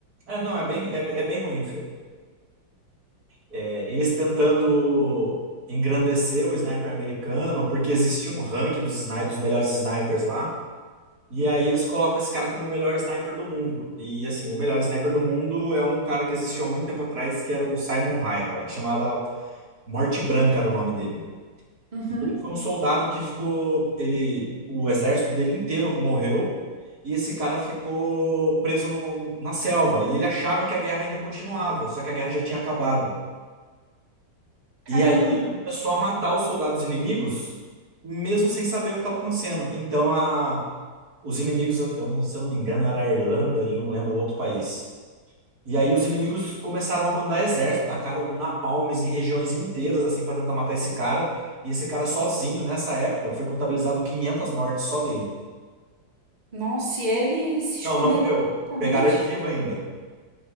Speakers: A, on the right; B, on the right.
A: É, não, é bem, é, é bem ruim o filme. É, eles tentando engrandecer o sniper americano, porque existe um ranking dos, sni- dos melhores snipers lá. E aí eles colocam esse cara como o melhor sniper do mundo. E assim, o melhor sniper do mundo é um cara que existiu há muito tempo atrás, que era o Simon Hayek, lá, chamada Morte Branca era o nome dele.
B: Uhum.
A: E ele foi um soldado que ficou, ele, o exército dele inteiro morreu, e esse cara ficou preso no- na selva, e ele achava que a guerra ainda continuava, só que a guerra já tinha acabado.
B: Caramba.
A: E aí ele começou a matar os soldados inimigos, mesmo sem saber o que estava acontecendo. Então a, os inimigos, eu, eu não- se eu não me engano, era a Irlanda e eu não lembro o outro país. E aí os inimigos começaram a mandar exército, tacaram napalmes em regiões inteiras assim para tentar matar esse cara. E esse cara sozinho, nessa época, foi contabilizado 500 mortes só dele.
B: Nossa, e ele se escondendo
A: Não, não morreu.
B: completamente.
A: Pegaram ele vivo ainda.